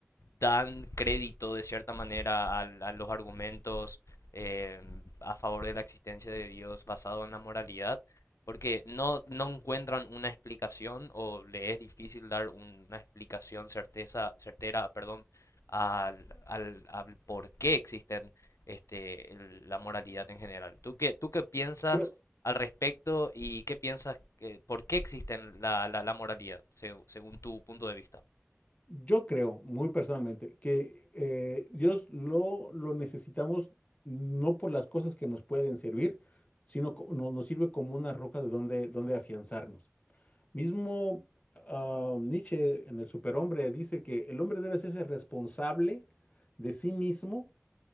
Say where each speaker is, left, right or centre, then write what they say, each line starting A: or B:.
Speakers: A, on the left; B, on the left.
A: dan crédito de cierta manera al- a, los argumentos eh, a favor de la existencia de Dios basado en la moralidad, porque no, no encuentran una explicación o le es difícil dar una explicación certeza, certera, perdón, al, al, al por qué existen este, el- la moralidad en general. ¿Tú qué, tú qué piensas
B: Pero
A: al respecto y qué piensas que, por qué existen la, la, la moralidad, seg- según tu punto de vista?
B: yo creo, muy personalmente, que eh, Dios lo, lo necesitamos no por las cosas que nos pueden servir, sino co- no- nos sirve como una roca de donde, donde afianzarnos. Mismo ah, Nietzsche en el Superhombre dice que el hombre debe hacerse responsable de sí mismo